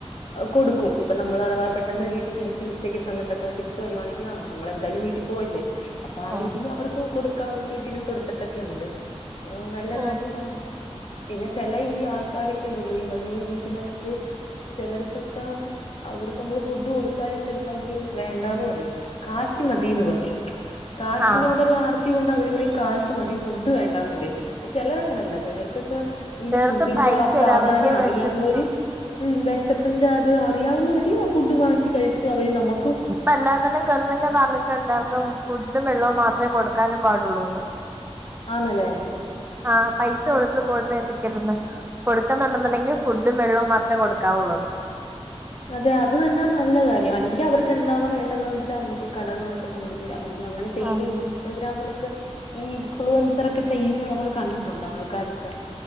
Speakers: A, on the left; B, on the right.
A: ഹ് കൊടുക്കും ഇപ്പൊ നമ്മൾ അഥവാ പെട്ടെന്ന വീ തിരിച്ച് ഉച്ചക്ക് സമയത്തൊക്കെ തിരിച്ച് വരുവാണങ്കി ആഹ് അമ്മളെന്തായ്ലും വീട്ടി പോവല്ലേ അപ്പൊ ആ
B: ആഹ്
A: രീതിയില് അവർ ക്കും കൊടുക്കാൻ രീതിയിൽ കൊടുത്തിട്ടൊക്കെണ്ട് ഹ് നല്ല
B: ആഹ്
A: കാര്യ പിന്നെ ചെല ഈ ആൾക്കാരൊക്കെ ണ്ടല്ലോ ഈ വഴിയിൽ നിക്കുന്നവർ. ക്ക് ചെലർക്കൊക്കെ അവർക്ക് അമ്മള് ഫുഡ് കൊടുത്താലും ചെൽപ്പോ അവര് വേണ്ടാന്ന് പറയും കാശ് മതിന്ന് പറയും. കാശിനോടുള്ള
B: ആഹ്
A: ആർ ത്തി കൊണ്ട് അവര് പറിയും കാശ് മതി ഫുഡ് വേണ്ട എന്ന് പറിയും ചെലറങ്ങനെയല്ല ചെലർക്കൊക്കെ. ഇങ്ങനെ
B: ചിലർക്ക്
A: ഫുഡിന്റെ
B: പൈസ
A: ആ പ്രാധാന്യം
B: ഇല്ല അവർക്ക്
A: അറിയാവുന്നൊര്
B: വിശപ്പ്
A: ഉം വെഷ പ്പ്ന്റ അത് അറിയാവുന്നവര് ആ ഫുഡ് വാങ്ങിച്ച് കൈച്ച് അവര് നമ
B: ഇപ്പ എല്ലാ തരം ഗർമന്റും പറഞ്ഞിട്ട്ണ്ടാർന്നു ഫുഡും വെള്ളവും മാത്രേ കൊടുക്കാനും പാടുള്ളൂന്ന്.
A: ആന്ന്ല്ലേ.
B: ആഹ് പൈസ കൊട്ത്ത് പ്രോത്സാഹിപ്പിക്കര്തന്ന്. കൊടുക്കുന്നുണ്ടെന്നുണ്ടെങ്കിൽ ഫുഡും വെള്ളവും മാത്രേ കൊടുക്കാവുള്ളൂന്ന്.
A: അതെ അത് തന്നെ നല്ല കാര്യം അല്ലെങ്കി അവർക്ക് എന്താണോ വേണ്ടതന്ന് വെച്ചാ നമുക്ക് കടകളിലൊക്കെ കൊണ്ടുപോയി. അല്ലെങ്കി അങ്ങനെ ചെയ്യുന്ന
B: ആഹ്
A: ഇൻസ്റ്റാഗ്രാമിലൊക്കെ. ഈ ഇൻഫ്ലുവൻസറൊക്കെ ചെയ്യുന്ന അമ്മൾ കണ്ടിട്ടുണ്ട് ആൾക്കാരൊക്കെ